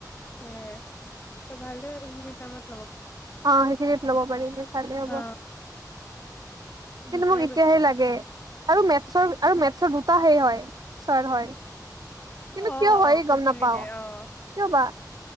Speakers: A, on the left (about 25°); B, on the right (about 65°).
A: <unintelligible> <unintelligible>
B: অ', সেইখিনত ল'ব পাৰিম চালে হ'ব,
A: অ দুটাই
B: কিন্তু মোক এতিয়াই
A: বাজিল
B: লাগে। আৰু মেটচৰ আৰু মেটচৰ দুটা হেই হয়, ছাৰ হয়। কিন্তু
A: অ',
B: কিয় হয়
A: অ', কৈচিলি
B: গম নাপাও
A: দে অ'।
B: কিয় বা